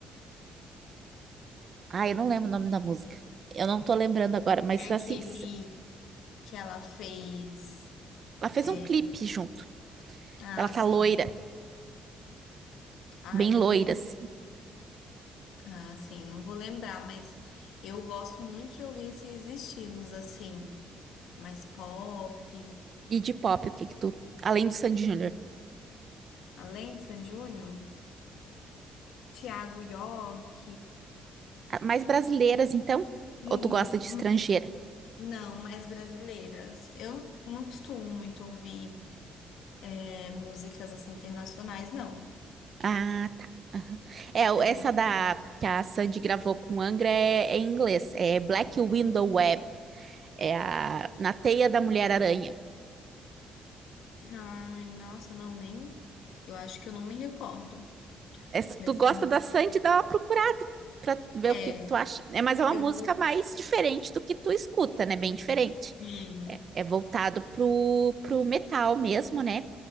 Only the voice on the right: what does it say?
Ah, eu não lembro o nome da música. Eu não tô lembrando agora, mas
assim,
que se-
ela fez
um clipe junto.
Ela tá
loira,
bem loira,
assim.
E de pop, o que que tu. Além do Sandy Júnior.
Ah, Mais brasileiras, então?
Ou tu gosta de estrangeira?
Ah, tá. É, o-
essa
da que a Sandy gravou com Angra é, é em inglês. É Black Window Web. É a Na Teia da Mulher-Aranha.
Essa-
tu gosta da Sandy, dá uma procurada para ver
o que, que tu acha. É, mas é uma
música
mais diferente do que tu escuta, né? Bem diferente.
É, é voltado pro, pro metal mesmo, né?